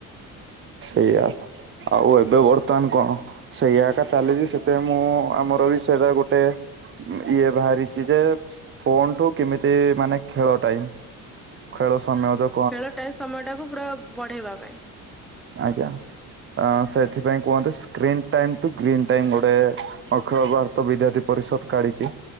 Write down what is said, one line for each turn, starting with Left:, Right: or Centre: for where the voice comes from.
Right: ସେଇଆ ଆଉ ଏବେ ବର୍ତ୍ତମାନ କଣ? ସେଇଆ ଏକା ଚାଲିଯି ସେଥିରେ ମୁଁ ଆମର ବି ସେରା ଗୋଟେ। ଇଏ ବାହାରିଚି ଯେ ଫୋନ୍ ଠୁ କେମିତି ମାନେ ଖେଳ ଟାଇମ। ଖେଳ ସମୟ ଯ
Centre: ଖେଳଟା ସମୟ ଟାକୁ ପୁରା ବଢେଇବା ପାଇଁ।
Right: ଆଜ୍ଞା। ଅ ସେଥିପାଇଁ କୁହନ୍ତି screen time to green time ଗୋଟେ ଅଖିଳ ଭାରତ ବିଦ୍ୟାର୍ଥୀ ପରିଷଦ୍। କାଢିଚି